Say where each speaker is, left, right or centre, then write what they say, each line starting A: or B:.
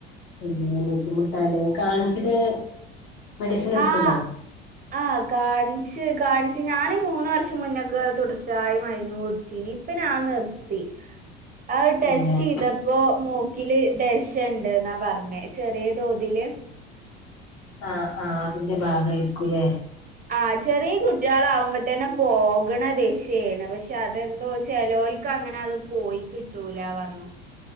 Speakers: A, on the left; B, on the right.
A: പിന്നെ ബുദ്ധിമുട്ടാല്ലേ കാണിച്ചിട്ട് മെഡിസിൻ എടുക്ക്ണ്ടോ
B: ആഹ് ആഹ് കാണിച്ച് കാണിച്ച് ഞാനി മൂന്ന് വർഷം മുന്നൊക്കെ തുടർച്ചായി മരുന്നു കുടിച്ചീനി ഇപ്പഞാ നിർത്തി ആ ടെസ്റ്റിയ്തപ്പോ
A: തന്നെ
B: മൂക്കില് ദശണ്ട്ന്നാ പറഞ്ഞേ ചെറിയ തോതില്
A: ആഹ് ആഹ് അത്ന്റെ ഭാഗായിരിക്കൂല്ലേ
B: ആഹ് ചെറിയ കുട്ടികളാവുമ്പോത്തന്നെ പോകണ ദശാണ് പക്ഷെ അതെന്തോ ചെലോൽ ക്കങ്ങനത് പോയി കിട്ടൂല പറഞ്ഞു